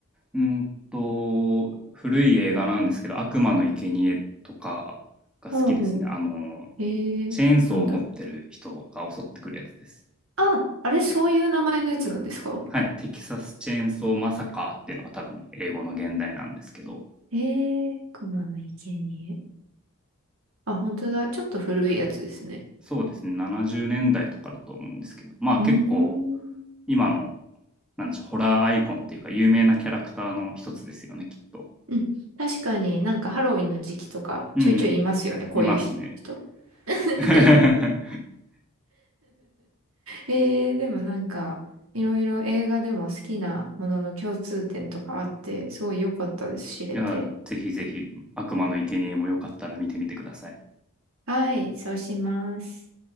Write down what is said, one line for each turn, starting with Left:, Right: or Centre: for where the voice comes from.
Centre: うんと、古い映画なんですけど、悪魔の生贄とかが好きですね。
Right: ほうほう。
Centre: あの、
Right: えー、
Centre: チェーンソーを持ってる人が襲ってくるやつです。
Right: なんだろう。あ、あれ、そういう名前のやつなんですか
Centre: はい、テキサスチェーンソーマサカーっていうのが多分英語の現代なんですけど、
Right: えー、熊の生贄。あ、本当だ。ちょっと古いやつですね。
Centre: そうですね、70年代とかだと思うんですけど、まあ結構
Right: うーん。
Centre: 今の、なんでしょう、ホラーアイコンっていうか有名なキャラクターの一つですよね、きっと。
Right: うん。確かになんかハロウィンの時期とかちょいちょいいますよね、
Centre: うんうん、
Right: こういう人。
Centre: いますね。
Right: <laughs>
Centre: <laughs>
Right: えー、でもなんか、いろいろ映画でも好きなものの共通点とかあって、すごい良かったです、知れて。
Centre: いや、ぜひぜひ、悪魔の生贄もよかったら見てみてください。
Right: はい、そうします。